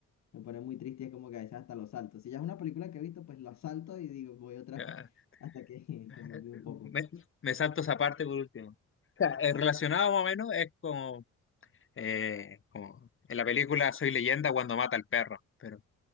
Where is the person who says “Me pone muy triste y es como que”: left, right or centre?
Left